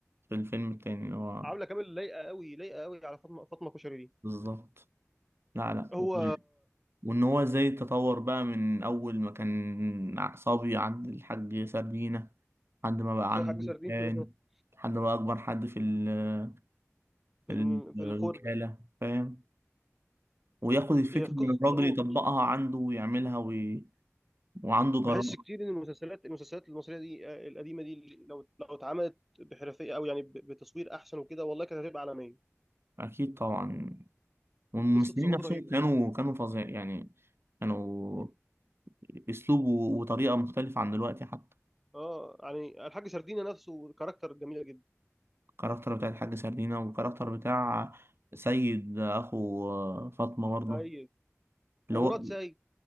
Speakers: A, on the right; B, in the centre.
A: في الفيلم التاني اللي هو
B: عامله كامل لايقه قوي لايقه قوي على فاطمه فاطمه كشري دي
A: بالظبط لا لا
B: هو
A: و- وإن هو إزاي تطور بقى من أول ما كان صبي عند الحاج سردينة لحد ما بقى
B: سي-
A: عنده
B: حاج سردين
A: كان
B: <laughs>
A: لحد ما بقى أكبر حد في ال...
B: في
A: في
B: الم- في
A: الوكالة
B: الخرده
A: فاهم وياخد الفكرة
B: هي في قصه
A: من الراجل
B: صعود
A: يطبقها عنده ويعملها وي... وعنده جرأة
B: بحس كتير ان المسلسلات المسلسلات المصريه دي آه، القديمه دي لو لو اتعملت بحرفيه او يعني ب- بتصوير احسن وكده والله كانت هتبقى عالميه
A: أكيد طبعا والممثلين
B: قصه صعود
A: نفسهم
B: رهيبه
A: كانوا كانوا فظيع يعني كانوا اسلوب و- وطريقه مختلفه عن دلوقتي حتى
B: اه يعني الحاج سردينه نفسه كاركتر جميله جدا
A: الكاركتر بتاع الحاج سردينة والكاركتر بتاع سيد اخو فاطمه برضه
B: سيد
A: اللي
B: ومراد
A: هو
B: سيد